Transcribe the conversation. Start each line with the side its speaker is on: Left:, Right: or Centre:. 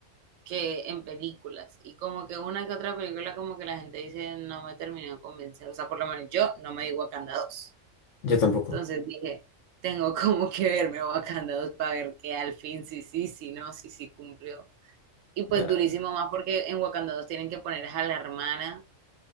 Right: que en películas. Y como que una que otra película como que la gente dice no me terminó de convencer. O sea, por lo menos yo no me di Wakanda 2.
Left: Yo tampoco.
Right: Entonces dije, tengo como que verme Wakanda 2 para ver que al fin sí, sí, sí, no, sí, sí cumplió. Y pues
Left: ah,
Right: durísimo más porque en Wakanda 2 tienen que poner a la hermana